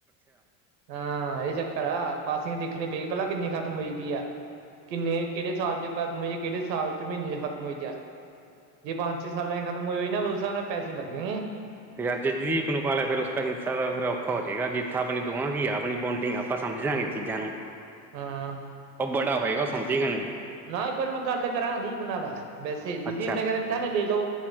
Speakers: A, on the right (about 90°); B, in the centre.
A: ਹਾਂ ਇਹ ਚੱਕਰ ਆ ਪਾਸਿਗ ਦੇਖਣੀ ਪੇਗੀ ਪਲਾ ਕਿੰਨੀ ਖਤਮ ਹੋਈ? ਪੀਆ ਕਿੰਨੇ, ਕਿਹੜੇ ਸਾਲ'ਚ? ਖਤਮ ਹੋਈ ਕਿਹੜੇ ਸਾਲ'ਚ ਮਹੀਨੇ'ਚ ਖ਼ਤਮ ਹੋਈ ਆ? ਜੇ ਪੰਜ-ਛੇ ਸਾਲਾਂ'ਚ ਖਤਮ ਹੋਈ-ਹੋਈ ਨਾ ਬ ਸਾਅ ਨਾ ਪੈਸੇ ਲੱਗਗੇ।
B: ਯਾਰ ਜੇ ਦੀਪ ਨੂੰ ਪਾਲਿਆ ਫਿਰ ਉਸ ਕਾ ਹਿੰਸਾ ਦਾ ਫਿਰ, ਔਖਾ ਹੋ ਜੇਗਾ ਜਿੱਥਾ ਆਪਣੀ ਦੋਹਾਂ ਕੀ ਆ ਆਪਣੀ ਬੋਂਡਿੰਗ ਆ, ਆਪਾਂ ਸਮਝਾਂਗੇ ਚੀਜ਼ਾਂ ਨੂੰ
A: ਹਾਂ।
B: ਉਹ ਬੜਾ ਹੋਏਗਾ ਉਹ ਸਮਝੇਗਾ ਨਾ
A: ਨਾ ਇੱਕ ਵਾਰੀ ਮੈਂ ਗੱਲ ਕਰਾਂ ਦੀਪ ਨਾਲ। ਵੈਸੇ ਜ
B: ਅੱਛਾ
A: ਦੀਪ ਨੇ ਕਹਿ ਵੀ ਥਾਨੇ ਲੈਲੋ